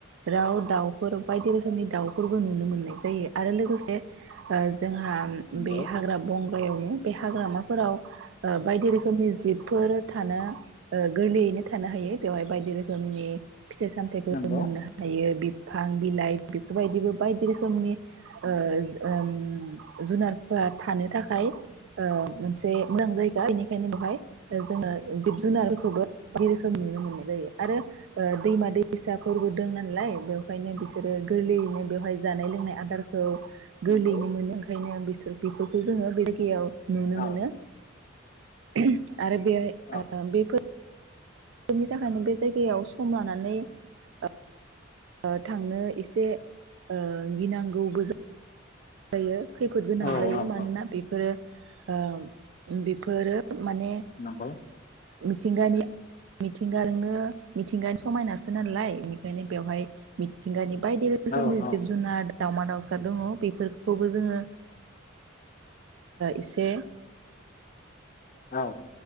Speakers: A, on the right; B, on the left.
A: राव दाउफोर बायदि रोखोमनि दाउफोरबो नुनो मोननाय जायो आरो लोगोसे ओ जोंहा
B: नंगौ
A: बे हाग्रा बंग एवनो बे हाग्रामाफोराव ओ बायदि रोखोमनि जिबफोर थानो ओ गोरलैयैनो थानो हायो बेवहाय बायदि रोखोमनि फिथाइ सामथायाइफोर
B: नंगौ
A: मोननो हायो बि फां बिलाइ बेफोरबायदिबो बायदि रोखोमनि ओ ओम जुनारफोरा थानो थाखाय ओ मोनसे मोजां जायगा बेनिखायनो बेवहाय जोङो जिब जुनारखौबो बिदि रोखोम नुनो मोननाय जायो आरो ओ दैमा दैसाफोरबो दं नालाय बेवहायनो बिसोरो गोरलैयैनो बेवहाय जानाय लोंनाय आदारखौ गोरलैनो
B: नंगौ
A: मोनो ओंखायनो बिसोर खौ जोङो बे जायगायाव नुनो
B: औ
A: मोनो <inaudible> आरो बे
B: औ
A: ओ बेफोर बेनि थाखायनो बे जायगायाव सम लानानै ओ ओ थांनो एसे ओ गिनांगौ गोजा जायो खैफोद गोनां
B: औ
A: जायो
B: औ
A: मानोना
B: औ
A: बेफोरो ओ बेफोरो माने
B: नंगौ
A: मिथिंगानि मिथिंगाजोंनो मिथिंगानि समायनासो नालाय बेनिखायनो बेवहाय मिथिंगानि बायदि रोखोमनि
B: औ औ
A: जिब जुनार दावमा दाावसा दङ बेफोरखौ खौबो जोङो एसे
B: औ